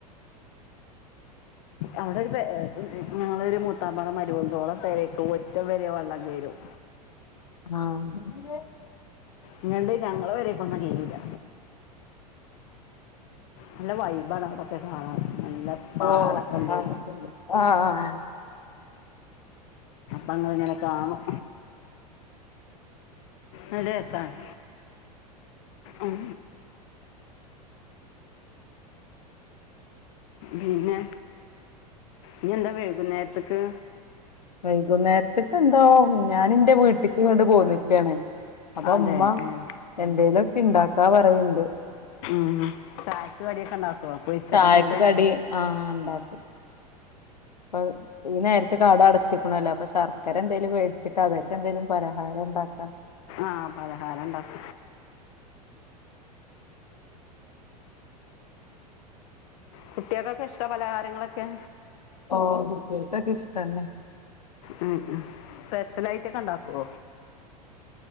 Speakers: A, on the left; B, on the left.
A: അവിടെ ഒരു പെ ഏഹ് ഞങ്ങളെ ഒരു മൂത്താമ്മേടെ മരുമോളൊണ്ട് ഓളെ പെരയൊക്കെ മുറ്റം വരെ വെള്ളം കയറും
B: ആഹ്
A: ഇങ്ങണ്ട് ഞങ്ങളെ പേരേക്കൊന്നും കെയറൂല്ല നല്ല വൈബാണ് അവിടൊക്കെ കാണാൻ നല്ല പാടൊക്കെ
B: ഓ ആഹ്-
A: ഉണ്ട്
B: ആഹ്- ആഹ് -ആഹ്
A: വന്നതിങ്ങനെ കാണും നല്ല രസാണ് അം പിന്നെ ഇന്ന്ന്താ വേകുന്നേരത്തേക്ക്
B: വൈകുന്നേരത്ത്ക്ക്ന്തോ ഞാന് ൻറെ വീട്ട്ക്ക് ഇങ്ങട് പോന്ന്ക്കാണ്. അപ്പൊ
A: അതെ
B: മ്മ
A: ഉം.
B: എന്തേലുഒക്കെ ണ്ടാക്കാ പറയ്ണ്ട്.
A: ഉം ചായക്ക് കടിയൊക്കെ ഉണ്ടാക്കോ പൊരിച്ചക്കടിയൊക്കെ
B: ചായക്ക് കടി ഉണ്ടാക്കും ആഹ് ഈ നേരത്തു കട അടച്ചിക്കണല്ലോ അപ്പൊ ശർക്കരന്തേലും മേടിച്ചിട്ട് അതായിട്ട് എന്തേങ്കലും പലഹാരം ണ്ടാക്കാം.
A: ആഹ പലഹാരണ്ടാക്ക കുട്ടിാക്കൊക്കെ ഇഷ്ടാ പലഹാരങ്ങളൊക്കെ?
B: ഓ കുട്ടികക്കൊക്കെ ഇഷ്ട നൊ
A: ഉം ഉ സ്പെഷ്യൽ ആയിട്ടൊക്കെ ഉണ്ടാക്കോ